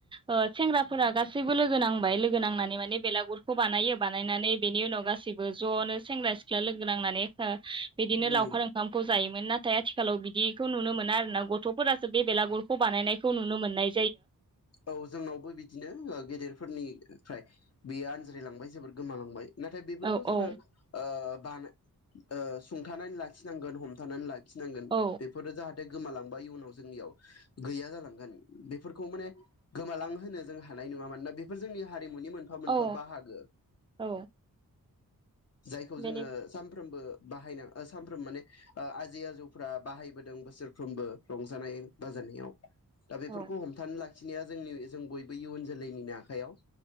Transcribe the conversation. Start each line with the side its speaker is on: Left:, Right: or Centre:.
Right: ओ सेंग्राफोरा गासैबो लोगो नांबाय लोगो नांनानै माने बे बेलागुरखौ बानायो बानायनानै बेनि उनाव गासैबो ज नो सेंग्रा सिख्ला लोगो नांनानै बिदिनो
Left: उम
Right: लावखार ओंखामखौ जायोमोन नाथाय आथिखालाव बिदिखौ नुनो मोना आरोना गथफोरासो बे बेलागुरखौ बानायनाय खौ नुनो मोननाय
Left: औ जोंनावबो बिदिनो गेदेरफोरनिफ्राय बेयो आनज्रिायलांबाय जोबोर गोमालांबाय नाथाय बेफोरखौ
Right: औ
Left: जोङो
Right: औ
Left: ओ आनो ओ सुंथानानै लाखिनांगोन हमथानानै ला खिनांगोन
Right: औ
Left: बेफोरो जाहाथे गोमालांबाय इयुनाव जोंनियाव गैया जालांगोन बे बेफोरखौ माने गोमालां होनो जों हानाय नङा मानोना बेफोर जोंनि हारिमुनि मोनफा मोनफा
Right: औ
Left: बाहागो
Right: औ
Left: जायखौ जोङो
Right: बेनि
Left: सानफ्रोमबो बाहायना ओ सानफ्रोम माने ओ आजै आजौफ्रा बाहायबोदों बोस सोरफ्रोमबो रंजानाय बाजानायाव दा बेफोरखौ
Right: औ
Left: हमथानो लाख खिनाया जोंनि इ जों बयबो इयुन जोलैनिनो आखायाव